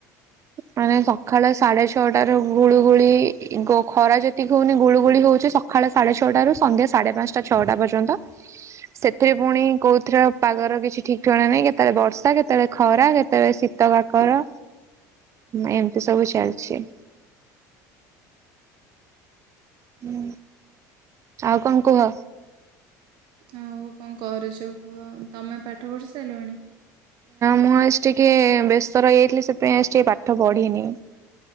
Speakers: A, on the right; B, on the right.
A: ମାନେ ସକାଳ ସାଢେ ଛ ଛଅଟାରୁ ଗୁଳୁଗୁଳି ଖ ଖରା ଯେତିକି ହଉନି ଗୁଳଗୁଳି ହଉଛି ସକାଳେ ସାଢେ ଛଅଟାରୁ ସନ୍ଧ୍ୟା ସାଢେ ପାଞ୍ଚ ଟା ଛଅଟା ପର୍ଯ୍ୟନ୍ତ ସେଥିରେ ପୁଣି କୋଉ ଥିରେ ପାଗର କିଛି ଠିକଣା ନାହିଁ କେତେବେଳେ ବର୍ଷା କେତେବେଳେ ଖରା କେତେବେଳେ ଶୀତ କାକର। ଏମିତି ସବୁ ଚାଲିଛି। ହୁଁ ଆଉ କଣ କୁହ?
B: ଆଉ କଣ କରୁଛ କୁହ ତମେ ପାଠ ପଢ଼ି ସାରିଲଣି।?
A: ମୁଁ ଆଜି ଟିକେ ବ୍ୟସ୍ତ ରହି ଯାଇଥିଲି ସେଥିପାଇଁ ଆଜି ଟିକେ ପାଠ ପଢ଼ିନି